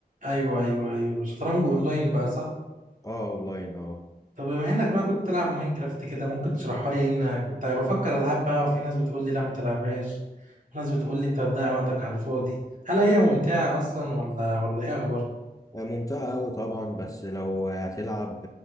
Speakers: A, on the right; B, on the left.
A: ايوه ايوه ايوه شطرنج اونلاين بقى صح
B: اه أونلاين اه
A: طب بما انك بقى كنت تلعب ماينكرافت كده ممكن تشرحها لي ان كنت بفكر العبها وفي ناس بتقول لي لا ما تلعبهاش وناس بتقول لي انت بتضيع وقتك على الفاضي هل هي ممتعة اصلا ولا ولا ايه اخبار
B: ممتعة أوي طبعا بس لو هتلعب